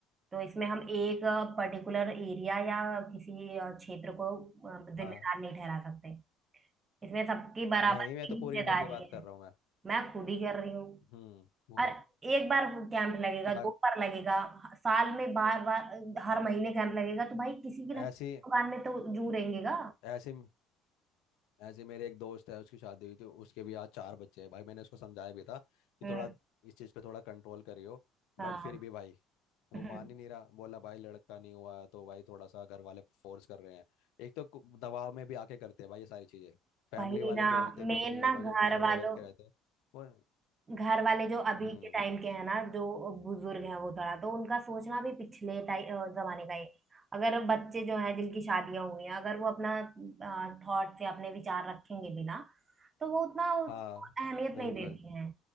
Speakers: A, on the right; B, on the left.
A: तो इसमें हम एक पर्टिकुलर एरिया या किसी अ, क्षेत्र को अ, जिम्मेदार
B: हाँ
A: नहीं ठहरा सकते इसमें सबकी बराबर
B: नहीं मैं
A: की
B: तो
A: हिस्सेदारी
B: पूरी इंडिया की बात कर
A: है
B: रहा हूँ मैं
A: मैं खुद ही कर रही हूँ
B: हम्म वो
A: और एक बार कैंप लगेगा
B: क्या
A: दो बार लगेगा साल में बार बार हर महीने कैंप लगेगा तो भाई किसी की ना
B: ऐसी
A: किसी दुकान में तो जू रहेंगेगा
B: ऐसी ऐसे मेरे एक दोस्त है उसकी शादी हुई थी उसके भी आज चार बच्चे हैं भाई मैंने उसको समझाया भी था कि
A: हम्म
B: थोड़ा इस चीज़ पे थोड़ा कंट्रोल करियो
A: हाँ
B: बट फिर भी भाई वो
A: <laughs>
B: मान ही नहीं रहा बोला भाई लड़का नहीं हुआ है, तो भाई थोड़ा सा घर वाले फोर्स कर रहे हैं एक तो कु- दबाव में भी आके करते हैं भाई ये सारी चीज़ें फैमिली
A: वही
B: वाले
A: ना
B: जो होते
A: मेन
B: हैं मम्मी पापा
A: ना
B: जो
A: घर
B: पिछड़े
A: वालों
B: वर्ग के रहते हैं वो
A: घर वाले जो अभी
B: हम्म
A: के टाइम के हैं ना जो बुजुर्ग हैं वो थोड़ा तो उनका सोचना भी पिछले टाइ- अ, जमाने का है अगर बच्चे जो हैं जिनकी शादियां हुई हैं अगर वो अपना थॉट से अपने विचार रखेंगे भी ना तो वो उतना उसको
B: हाँ
A: अहमियत
B: बिल्कुल
A: नहीं देती हैं